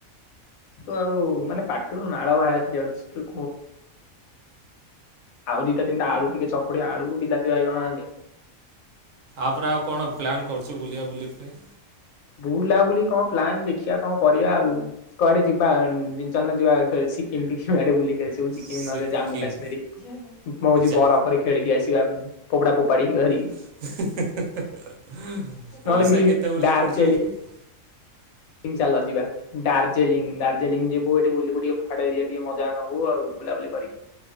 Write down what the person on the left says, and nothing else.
ତ ଆଉ ମାନେ ପାଟିରୁ ନାଳ ବାହାର ବାହାରି ଯାଉଚି, ସେ ଆଉ ଦିଟା ତିନଟା ଆଳୁ ଟିକେ ଚକୁଡିଆ, ଆଳୁକୁ ବିଲାତି ବାଇଗଣ ହେଲେ
ବୁଲାବୁଲି କଣ ପ୍ଲାନ୍ ଦେଖିବା କଣ କରିବା ଆଉ। କୁଆଡେ ଯିବା <unintelligible> ଚାଲୁନ ଯିବା କ ସିକିମ ଫିକିମ ଆଡ଼େ ବୁଲିକି ଆସିବୁ ସି କିମି
ନହେଲେ ଜାମ୍ମୁ କାଶ୍ମୀର <unintelligible> ମୁଁ ହଉଛି
ବରଫରେ ଖେଳିକି ଆସିବା ଫୋପଡା ଫୋପାଡି ଧରିକି।
ନହେଲେ
ମି
ଦାର୍ଜିଲିଂ <unintelligible> ଚାଲ ଯିବା। ଦାର୍ଜିଲିଂ ଦାର୍ଜିଲିଂ ଯିବୁ ଏଠି ବୁଲିବୁ ଟିକେ ପାହାଡ ଏରିଆ ଟିକେ ମଜା ନବୁ ଆଉ ବୁଲାବୁଲି କରି।